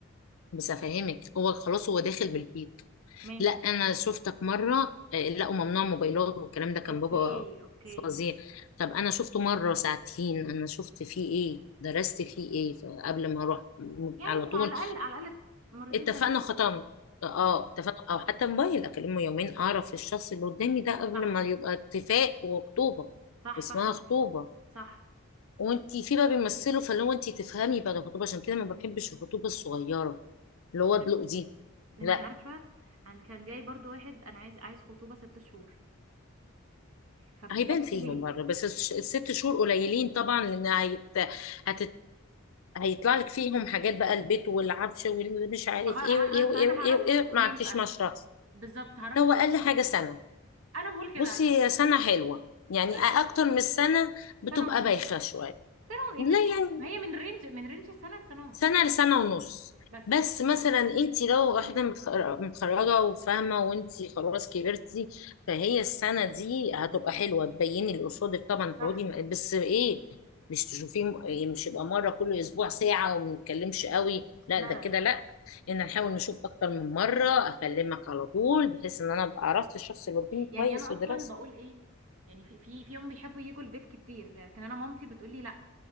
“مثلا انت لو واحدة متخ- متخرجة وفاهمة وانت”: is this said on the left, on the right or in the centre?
Left